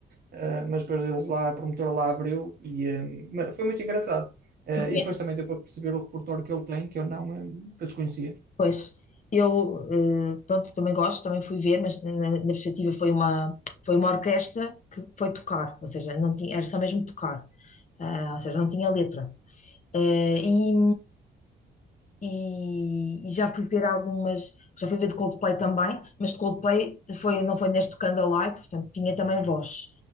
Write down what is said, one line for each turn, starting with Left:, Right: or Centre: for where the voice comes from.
Right: eh, mas depois eles lá, a promotora lá abriu e eh, mas foi muito engraçado. Eh,
Left: Eu conhe-
Right: E depois também deu para perceber o repertório que ele tem, que eu não, eh, que eu desconhecia.
Left: Pois, eu, eh, pronto, também gosto, também fui ver, mas na, na- na perspectiva foi uma, foi uma orquestra que foi tocar, ou seja, não tinha, era só mesmo tocar, ah, ou seja, não tinha letra. Eh, e, e, e já fui ver algumas, já fui ver de Coldplay também, mas de Coldplay foi, não foi neste Candlelight, portanto tinha também voz.